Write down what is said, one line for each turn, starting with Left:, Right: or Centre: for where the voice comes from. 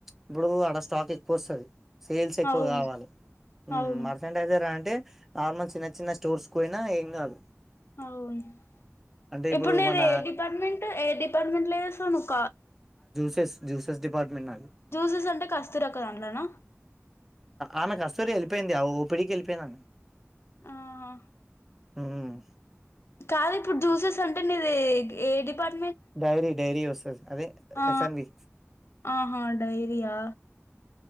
Centre: ఇప్పుడు ఆడ స్టాక్ ఎక్కువ వస్తది సేల్స్ ఎక్కువ
Left: అవును
Centre: కావాలి
Left: అవును
Centre: మర్సెంటైజర్ అంటే నార్మల్ చిన్న చిన్న స్టోర్స్ పోయినా ఏం కాదు
Left: అవునా
Centre: అంటే
Left: ఇప్పుడు నీది
Centre: మన
Left: ఏ డిపార్ట్మెంట్ ఏర డిపార్ట్మెంట్ లో చేస్తావు నువ్వు
Centre: సెల్స్ జూసెస్ డిపార్ట్మెంటు నాది
Left: జ్యూసెస్ అంటే కస్తూరక్క దాంట్లోనా
Centre: ఆమె అసలకే వెళ్ళిపోయింది ఆ ఊపు పెళ్ళికి ఎల్లిపోయినా
Left: ఆహా
Centre: మ్మ్
Left: కాదు ఇప్పుడు జ్యూసెస్ అంటే నిది ఏ డిపార్ట్
Centre: డైరీ డైరీ వస్తది అదే
Left: ఆ
Centre: ఎఫ్ఎన్వి
Left: ఆహా డైరియా